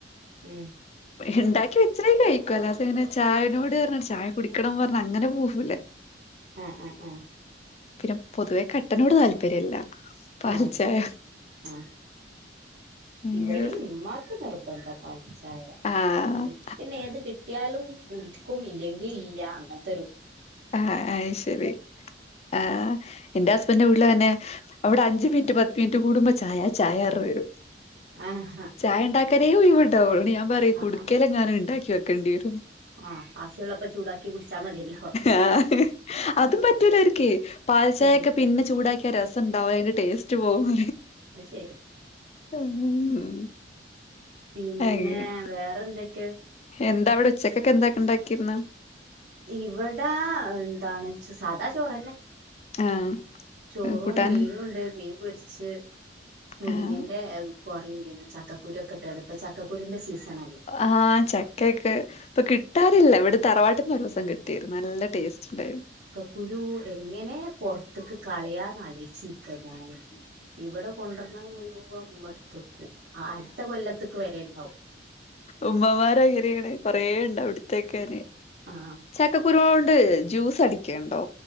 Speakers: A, on the right (about 65°); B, on the left (about 35°).
A: ഉം
B: ഇണ്ടാക്കി വെച്ച കഴിക്കും അല്ലാതെ അങ്ങനെ ചായനോട് പറഞ്ഞ ചായ കുടിക്കണം പറ അങ്ങനെ പോവൂല്ല
A: ആഹ് ആഹ് ആഹ്
B: പിന്നെ പൊതുവെ കട്ടനോട് താല്പര്യല്ല പാൽച്ചായ
A: ആഹ് ആഹ്
B: അങ്ങനെ
A: ഇവിടേം ഉമ്മക്ക് നിർബന്ധം പാൽച്ചായ
B: ആഹ്
A: ഇൻക്ക് പിന്നെ ഏത് കിട്ടിയാലും കുടിക്കും ഇല്ലെങ്കിൽ ഇല്ല അങ്ങനത്തൊരു
B: ആഹ് അയ്ശരി ആഹ് എന്റെ ഹസ്ബന്റിന്റെ വീട്ടിലും അതെന്നെ അവിടെ അഞ്ച് മിനിറ്റ് പത്ത് മിനിറ്റ് കൂടുമ്പോ ചായ ചായാറഞ്ഞ് വരും
A: ആഹാ
B: ചായ ഉണ്ടാക്കാനേ ഉയുവുണ്ടാവൂ ഞാൻ പറയും കുടിക്കേൽ
A: ആഹ്
B: എങ്ങാനും ഉണ്ടാക്കി വെക്കേണ്ടി വരും
A: ആഹ് ആവശ്യമുള്ളപ്പ ചൂടാക്കി കുടിച്ചാ മതിയല്ലോ
B: ആഹ് അതും പറ്റൂല ഒരിക്ക്‌ പാൽചായൊക്കെ
A: ഉം
B: പിന്നെ ചൂടാക്കിയാ രസോണ്ടാവുല അയിന്റെ ടേസ്റ്റ് പോവും
A: പ്പ ശരി
B: ഉം
A: പിന്നെ
B: അങ്ങനെ
A: വേറെന്തൊക്കെ
B: എന്താ അവിടെ ഉച്ചക്കൊക്കെ എന്താ ഉണ്ടാക്കിയിരുന്നെ
A: ഇവിടെ എന്താണ് ച്ച സാദാ ചോറ്നെ
B: ആഹ്
A: ചോറും
B: കൂട്ടാൻ
A: മീനുണ്ട് മീൻ പൊരിച്ച് മുരിങ്ങിന്റെ
B: ആഹ്
A: ഏഹ് കറിണ്ടന്ന് ചക്കക്കുരു ഒക്കെ ഇട്ട്ണ്ട് ഇപ്പൊ ചക്കക്കുരുന്റെ സീസൺ അല്ലേ
B: ആഹ് ചക്കെക്കെ ഇപ്പൊ കിട്ടാറില്ല ഇവിടെ തറവാട്ടി ന്ന് ഒരിസം കിട്ടിരുന്നു നല്ല ടേസ്റ്റ് ഉണ്ടായിരുന്നു
A: കുരു എങ്ങനെ പുറത്തക്ക് കളയാന്ന് ആലോയിച്ച് നിക്ക ഞാന് ഇവിടെ കൊണ്ടുവരണത് മുയുവൻ ഉമ്മെടുത്തെക്കും അടുത്ത കൊല്ലത്തക്ക് വരെ ഉണ്ടാവും
B: ഉമ്മമാരങ്ങനെയാണ് കൊറേണ്ടാവും ഇട്ത്ത് വെക്കന്
A: ആഹ്
B: ചക്കക്കുരു കൊണ്ട് ജ്യൂസ് അടിക്കട്ടോ